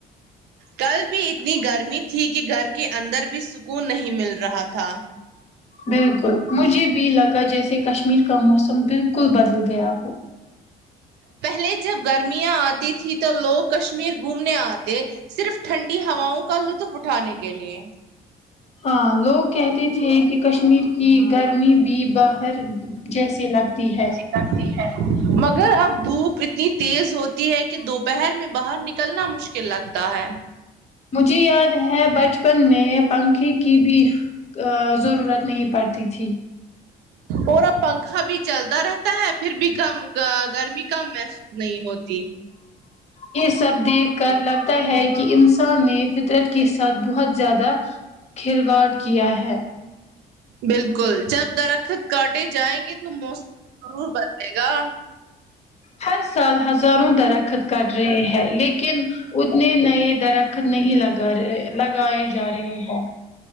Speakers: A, on the right; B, on the left.
A: کل بھی اتنی گرمی تھی کہ گھر کے اندر بھی سکون نہیں مل رہا تھا
B: بالکل مجھے بھی لگا جیسے کشمیر کا موسم بالکل بدل گیا ہو
A: پہلے جب گرمیاں آتی تھی تو لوگ کشمیر گھومنے آتے صرف ٹھنڈی ہواؤں کا لطف اٹھانے کے لیے
B: ہاں لوگ کہتے تھے کہ کشمیر کی گرمی بھی باہر جیسی لگتی ہے
A: مرضی ہے مگر اب دھوپ اتنی تیز ہوتی ہے کہ دوپہر میں باہر نکلنا مشکل لگتا ہے
B: مجھے یاد ہے بچپن میں پنکھے کی بھی ا ضرورت نہیں پڑتی تھی
A: اور اب پنکھا بھی چلتا رہتا ہے پھر بھی کم گا گرمی کم محسوس نہیں ہوتی
B: یہ سب دیکھ کر لگتا ہے کہ انسان میں فطرت کے ساتھ بہت زیادہ کھلواڑ کیا ہے
A: بالکل جب درخت کاٹے جائیں گے تو موسم وہ بتے گا
B: ہر سال ہزاروں درخت کرٹ رہے ہے لیکن اتنے نئے درخت نہیں لگا رہے لگائے جا رہے ہیں